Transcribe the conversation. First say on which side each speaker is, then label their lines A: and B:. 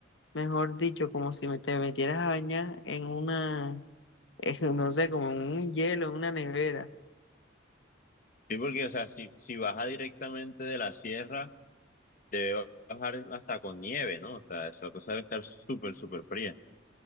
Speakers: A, on the left (about 65°); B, on the left (about 45°).
A: mejor dicho, como si me- te metieras a bañar en una, <laughs> es no sé, como en un hielo, en una nevera.
B: Sí, porque, o sea, si, si baja directamente de la sierra, debe bajar hasta con nieve, ¿no? O sea, esa cosa debe estar súper, súper fría.